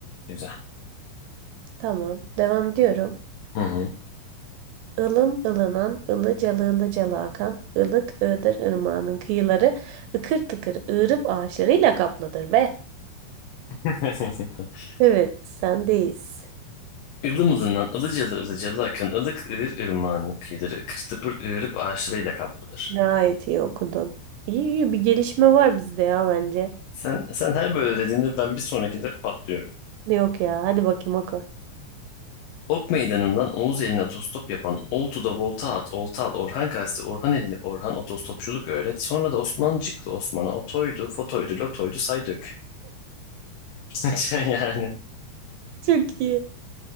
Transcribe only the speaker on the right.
Tamam. Devam ediyorum.
Ilım ılınan, ılıcalı ılıcalı akan, ılık ığdır ırmağının kıyıları, ıkır tıkır ığırıp ağaçlarıyla kaplıdır be.
Evet, sendeyiz.
Gayet iyi okudun. İyi iyi bir gelişme var bizde ya bence.
Yok ya, hadi bakayım oku.
Çok iyi.